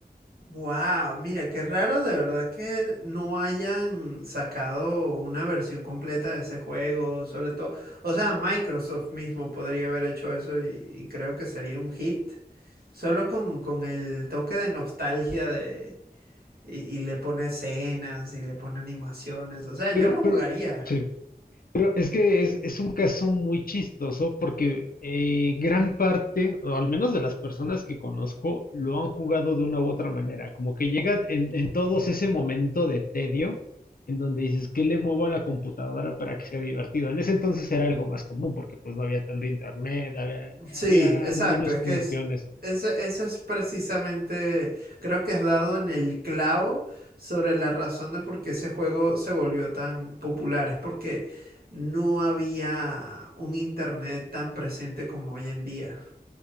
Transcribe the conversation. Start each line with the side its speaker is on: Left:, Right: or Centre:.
Right: Wow, mira, qué raro de verdad que no hayan sacado una versión completa de ese juego, sobre todo. O sea, Microsoft mismo podría haber hecho eso y, y creo que sería un hit. Solo con, con el toque de nostalgia de. Y, y le pone escenas y le pone animaciones. O sea, yo
Left: Pero,
Right: lo jugaría.
Left: pero, sí. Pero es que es, es un caso muy chistoso porque eh, gran parte, o al menos de las personas que conozco, lo han jugado de una u otra manera. Como que llega en, en todos ese momento de tedio en donde dices, ¿qué le muevo a la computadora para que sea divertido? En ese entonces era algo más común porque pues no había tanto internet, había,
Right: Sí,
Left: había
Right: exacto.
Left: menos
Right: Es que
Left: funciones.
Right: es, ese- eso es precisamente, creo que has dado en el clavo sobre la razón de por qué ese juego se volvió tan popular. Es porque no había un internet tan presente como hoy en día.